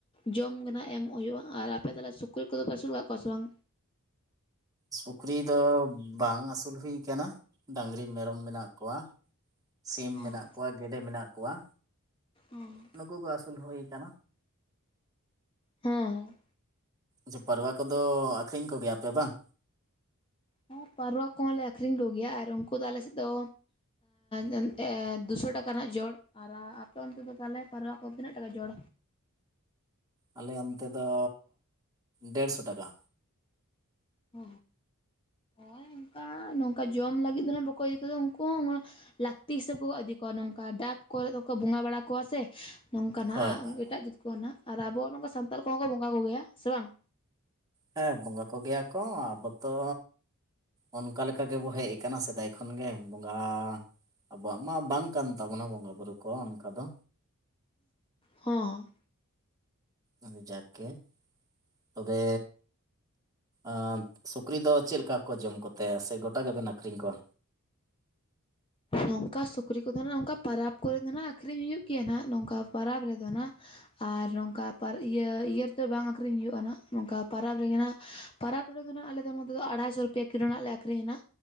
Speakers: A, on the left (about 25°); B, on the right (about 15°).
A: ᱡᱚᱢ ᱜᱮ ᱱᱟᱜ ᱮᱢᱚᱜ ᱦᱩᱭᱩᱜᱼᱟ᱾ ᱟᱨ ᱟᱯᱮ ᱛᱟᱦᱚᱞᱮ ᱥᱩᱠᱨᱤ ᱠᱚᱫᱚ ᱯᱮ ᱟᱹᱥᱩᱞ ᱠᱟᱜ ᱠᱚᱣᱟ ᱥᱮ ᱵᱟᱝ?
B: ᱥᱩᱠᱨᱤ ᱫᱚ ᱵᱟᱝ ᱟᱹᱥᱩᱞ ᱦᱩᱭ ᱟᱠᱟᱱᱟ ᱰᱟᱝᱨᱤ ᱢᱮᱨᱚᱢ ᱢᱮᱱᱟᱜ ᱠᱚᱣᱟ ᱥᱤᱢ
A: ᱦᱮᱸ
B: ᱢᱮᱱᱟᱜ ᱠᱚᱣᱟ ᱜᱮᱰᱮ ᱢᱮᱱᱟᱜ ᱠᱚᱣᱟ
A: ᱚᱸ
B: ᱱᱩᱠᱩ ᱠᱚ ᱟᱹᱥᱩᱞ ᱦᱩᱭ ᱟᱠᱟᱱᱟ
A: ᱦᱮᱸ ᱦᱮᱸ
B: ᱪᱮ ᱯᱟᱨᱣᱟ ᱠᱚᱫᱚ ᱟᱹᱠᱷᱨᱤᱧ ᱠᱚᱜᱮᱭᱟᱯᱮ ᱵᱟᱝ
A: ᱦᱮᱸ ᱯᱟᱹᱨᱣᱟ ᱠᱚᱦᱚᱸ ᱞᱮ ᱟᱹᱠᱷᱨᱤᱧ ᱠᱚᱜᱮᱭᱟ ᱟᱨ ᱩᱱᱠᱩ ᱫᱚ ᱟᱞᱮ ᱥᱮᱫ ᱫᱚ ᱮᱸ ᱮ ᱫᱩᱥᱚ ᱴᱟᱠᱟ ᱦᱟᱸᱜ ᱡᱚᱲ ᱟᱨ ᱟᱯᱮ ᱚᱱᱛᱮ ᱫᱚ ᱛᱟᱦᱚᱞᱮ ᱯᱟᱨᱣᱟ ᱠᱚ ᱛᱤᱱᱟᱹᱜ ᱴᱟᱠᱟ ᱡᱚᱲ
B: ᱟᱞᱮ ᱚᱱᱛᱮ ᱫᱚ ᱰᱮᱲᱥᱚ ᱴᱟᱠᱟ
A: ᱚ ᱦᱳᱭ ᱚᱱᱠᱟ ᱱᱚᱝᱠᱟ ᱡᱚᱢ ᱞᱟᱹᱜᱤᱫ ᱫᱚ ᱦᱟᱸᱜ ᱵᱟᱠᱚ ᱤᱫ ᱠᱚᱫᱟ ᱩᱱᱠᱩ ᱦᱚᱸ ᱞᱟᱹᱠᱛᱤ ᱦᱤᱥᱟᱹᱵ ᱠᱚ ᱤᱫᱤ ᱠᱚᱣᱟ ᱱᱚᱝᱠᱟ ᱫᱟᱠ ᱠᱚᱨᱮ ᱠᱚ ᱵᱚᱸᱜᱟ ᱵᱟᱲᱟ ᱠᱚᱣᱟ ᱥᱮ ᱱᱚᱝᱠᱟ ᱱᱟᱦᱟᱜ
B: ᱦᱳᱭ ᱦᱳᱭ
A: ᱮᱴᱟᱜ ᱡᱟᱹᱛ ᱠᱚ ᱱᱟᱦᱟᱜ ᱟᱨ ᱟᱵᱚ ᱱᱚᱝᱠᱟ ᱥᱟᱱᱛᱟᱲ ᱠᱚᱦᱚᱸ ᱠᱚ ᱵᱚᱸᱜᱟ ᱠᱚ ᱜᱮᱭᱟ ᱥᱮ ᱵᱟᱝ
B: ᱦᱮᱸ ᱵᱚᱸᱜᱟ ᱠᱚᱜᱮᱭᱟ ᱠᱚ ᱟᱵᱚ ᱛᱚ ᱚᱱᱠᱟ ᱞᱮᱠᱟ ᱜᱮᱵᱚ ᱦᱮᱡ ᱟᱠᱟᱱᱟ ᱥᱮᱫᱟᱭ ᱠᱷᱚᱱ ᱜᱮ ᱵᱚᱸᱜᱟ ᱟᱵᱚᱣᱟᱜ ᱢᱟ ᱵᱟᱝ ᱠᱟᱱ ᱛᱟᱵᱚᱱᱟ ᱵᱚᱸᱜᱟ ᱵᱩᱨᱩ ᱠᱚ ᱚᱱᱠᱟ ᱫᱚ
A: ᱦᱚᱸ
B: ᱟᱫᱚ ᱡᱟᱜᱮ ᱛᱚᱵᱮ ᱮᱸ ᱥᱩᱠᱨᱤ ᱫᱚ ᱪᱮᱫ ᱞᱮᱠᱟ ᱠᱚ ᱡᱚᱢ ᱠᱚᱛᱮ ᱥᱮ ᱜᱚᱴᱟ ᱜᱮᱵᱮᱱ ᱟᱹᱠᱷᱨᱤᱧ ᱠᱚᱣᱟ
A: ᱱᱚᱝᱠᱟ ᱥᱩᱠᱨᱤ ᱠᱚᱫᱚ ᱱᱟᱦᱟᱜ ᱱᱚᱝᱠᱟ ᱯᱚᱨᱚᱵᱽ ᱠᱚᱨᱮ ᱜᱮ ᱱᱟᱦᱟᱜ ᱟᱹᱠᱷᱨᱤᱧ ᱦᱩᱭᱩᱜ ᱜᱮᱭᱟ ᱱᱟᱦᱟᱜ ᱱᱚᱝᱠᱟ ᱯᱚᱨᱚᱵᱽ ᱨᱮᱫᱚ ᱦᱟᱜ ᱟᱨ ᱱᱚᱝᱠᱟ ᱤᱭᱟᱹ ᱨᱮᱫᱚ ᱵᱟᱝ ᱟᱹᱠᱷᱨᱤᱧ ᱦᱩᱭᱩᱜᱼᱟ ᱜ ᱱᱚᱝᱠᱟ ᱯᱚᱨᱚᱵᱽ ᱨᱮᱜᱮ ᱦᱟᱸᱜ ᱯᱚᱨᱚᱵᱽ ᱨᱮᱫᱚ ᱦᱟᱜ ᱟᱞᱮᱫᱚ ᱱᱚᱛᱮ ᱫᱚ ᱟᱲᱟᱭᱥᱚ ᱨᱩᱯᱤᱭᱟ ᱠᱤᱞᱳ ᱱᱟᱜ ᱞᱮ ᱟᱹᱠᱷᱨᱤᱧᱟ ᱱᱟ